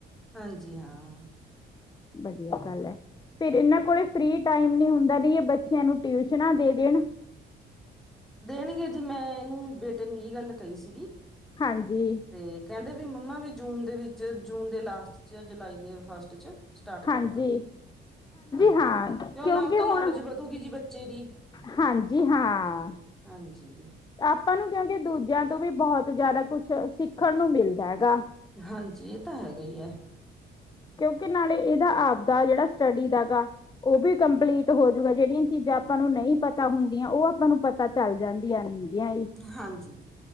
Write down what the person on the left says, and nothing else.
ਵਧੀਆ ਗੱਲ ਐ ਫੇਰ ਇਹਨਾਂ ਕੋਲ ਫਰੀ ਟਾਈਮ ਨੀ ਹੁੰਦਾ ਬਹੀਏ ਬੱਚਿਆਂ ਨੂੰ ਟਿਊਸ਼ਨਾਂ ਦੇ ਦੇਣ
ਹਾਂਜੀ
ਹਾਂਜੀ,
ਹਾਂ
ਕਿਉਂਕਿ
ਹੁਣ
ਹਾਂਜੀ ਹਾਂ।
ਆਪਾਂ ਨੂੰ ਕਿਉਂਕਿ ਦੂਜਿਆਂ ਤੋਂ ਵੀ ਬਹੁਤ ਜਾਦਾ ਕੁਛ ਸਿੱਖਣ ਨੂੰ ਮਿਲਦਾ ਹੈਗਾ।
ਕਿਉਂਕਿ ਨਾਲੇ ਏਦਾ ਆਪਦਾ ਜੇੜਾ ਸਟੱਡੀ ਦਾ ਗਾ - ਓ ਵੀ ਕੰਪਲੀਟ ਹੋਜੂਗਾ, ਜੇੜੀਆਂ ਚੀਜ਼ਾਂ ਆਪਾਂ ਨੂੰ ਨਈ ਪਤਾ ਹੁੰਦੀਆਂ ਓ ਆਪਾਂ ਨੂੰ ਪਤਾ ਚੱਲ ਜਾਂਦੀਆਂ ਨੇ। ਯਾ ਈ,